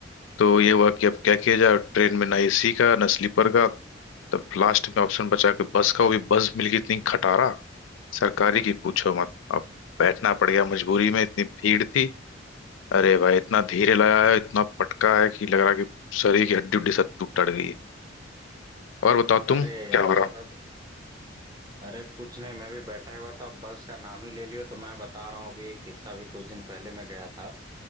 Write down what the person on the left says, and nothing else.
तो ये हुआ कि अब क्या किया जाए ट्रेन में ना एसी का ना स्लीपर का तब लास्ट में ऑप्शन बचा कि बस का वो भी बस मिल गई इतनी खटारा सरकारी की पूछो मत अब बैठना पड़ गया मजबूरी में इतनी भीड़ थी अरे भाई इतना धीरे लगा है इतना पटका है कि लग रहा है कि शरीर की हड्डी उड्डी सब टूट टट गई है और बताओ तुम
क्या
हो रहा